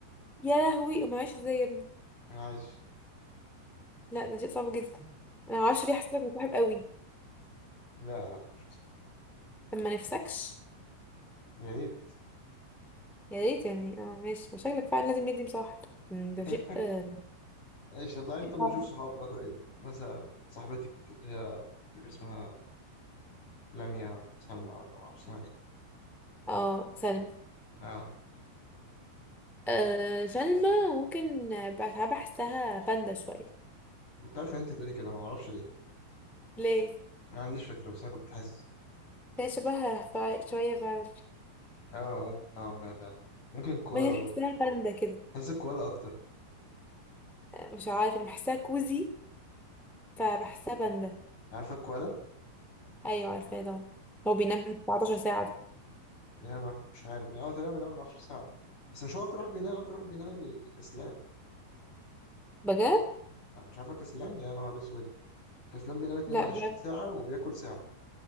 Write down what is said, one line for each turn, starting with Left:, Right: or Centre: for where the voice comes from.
Centre: يا لهوي ما عايش ازاي يا ابني
Left: معلش
Centre: لا ده شيء صعب جدا انا معرفش ليه حسيتك مصاحب قوي
Left: لا لا مش مصدق.
Centre: طب ما نفسكش
Left: يا ريت
Centre: يا ريت يعني اه ماشي شكلك فعلا لازم يدي مصاحب مم، ده
Left: <laughs>
Centre: شيء آه،
Left: ايش طب تعالي
Centre: <laughs> شيء
Left: طب نشوف
Centre: صعب
Left: صحابنا طيب مثلا صاحبتك اللي هي مش فاكر اسمها لميا ولا سلمى ولا ما اعرفش اسمها ايه
Centre: اه سلمى
Left: اه
Centre: آه سلمى ممكن بحب احسها باندا شوية
Left: كنت عارف ان انت تقولي كده ما اعرفش ليه
Centre: ليه؟
Left: ما عنديش فكره بس انا كنت حاسس
Centre: هي شبهها فع- شوية فعلا
Left: اه ممكن نوعا ما فعلا ممكن كوالا
Centre: ما هي بحسها
Left: برضه
Centre: باندا كده
Left: حاسس الكوالا اكتر
Centre: مش عارفة انا بحسها كوزي فبحسها باندا
Left: عارفه الكوالا
Centre: ايوه عارفاه طبعا هو بينام 14 ساعه ده
Left: بينام مش عارف يعني اه تقريبا بينام 14 ساعه بس مش هو اكتر واحد بينام اكتر واحد بينام الكسلان
Centre: بجد
Left: آه، مش عارفه كسلان يا نهار اسود كسلان بينام 22
Centre: لا مش عارف
Left: ساعه وبياكل ساعه